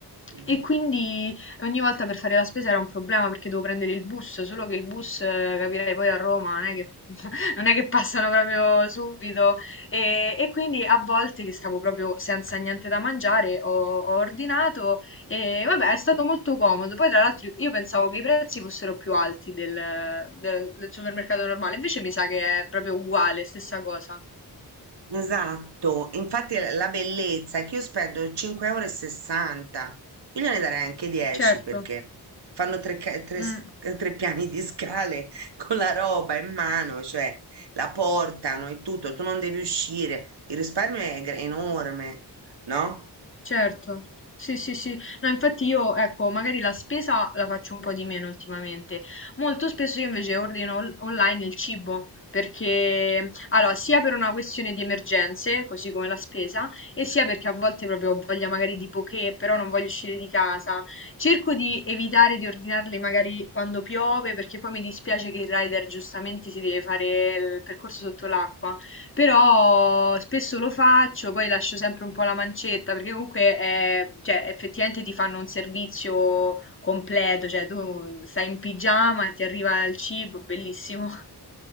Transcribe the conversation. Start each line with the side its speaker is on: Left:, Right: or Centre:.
Right: Mhm.
Left: E quindi ogni volta per fare la spesa era un problema perché dovevo prendere il bus, solo che il bus, eh, capirei, poi a Roma non è che, <laughs> non è che passano proprio subito. E, e quindi a volte che stavo proprio senza niente da mangiare ho, ho ordinato e vabbè è stato molto comodo. Poi tra l'altro io pensavo che i prezzi fossero più alti del, del- del supermercato normale, invece mi sa che è proprio uguale, stessa cosa.
Right: Esatto, infatti la la bellezza è che io spendo 5,60 euro, e sessanta, io gliene darei anche 10
Left: Certo.
Right: perché fanno tre, ca- tre
Left: Mm.
Right: s- tre piani di scale <laughs> con la roba in mano, cioè la portano e tutto, tu non devi uscire, il risparmio è gr- enorme, no?
Left: Certo, sì, sì, sì. No, infatti io, ecco, magari la spesa la faccio un po' di meno ultimamente. Molto spesso io invece ordino on- online il cibo, perché, allora, sia per una questione di emergenze, così come la spesa, e sia perché a volte proprio ho voglia magari di poché, però non voglio uscire di casa. Cerco di evitare di ordinarli magari quando piove, perché poi mi dispiace che il rider giustamente si deve fare il percorso sotto l'acqua. Però spesso lo faccio, poi lascio sempre un po' la mancetta, perché comunque è- cioè, effettivamente ti fanno un servizio completo, cioè tu stai in pigiama e ti arriva il cibo, bellissimo. <laughs>